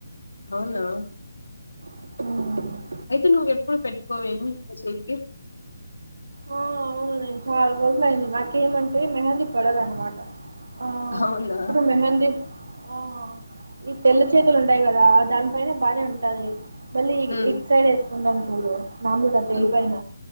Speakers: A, on the left; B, on the right.
A: అవునా
B: మెహందీ
A: అయితే నువ్వెప్పుడు పెట్టుకోవేమీ నీ చెయ్యి కి
B: ఆ అవును నేను చాలా రోజులు అయింది నాకేమంటే మెహందీ పడదన్నమాట ఆ
A: అవునా
B: ఇప్పుడు మెహందీ ఆ ఈ తెల్ల చేతులు ఉంటాయి కదా దాని పైన బానే ఉంటది మళ్ళీ
A: మ్మ్
B: ఇటు సైడ్ వేస్కుంటాము చూడు నార్మల్ గా చెయ్యి
A: మ్మ్
B: పైన